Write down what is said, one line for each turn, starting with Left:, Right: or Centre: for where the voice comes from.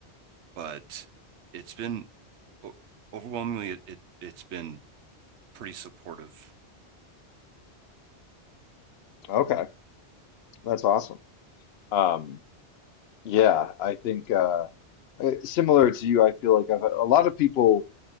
Right: but it's been overwhelmingly, it, it, it's been pretty supportive.
Left: Okay. That's awesome. Um, yeah, I think uh, I- similar to you, I feel like I've, a lot of people